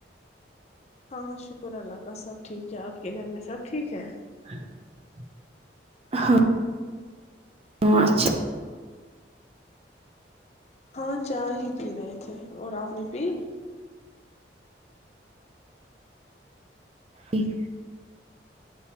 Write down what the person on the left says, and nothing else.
ہاں شکر اللہ کا سب ٹھیک ہے آپ کے گھر میں سب ٹھیک ہے
ہاں چائے ہی پی رہے تھے اور آپ نے پی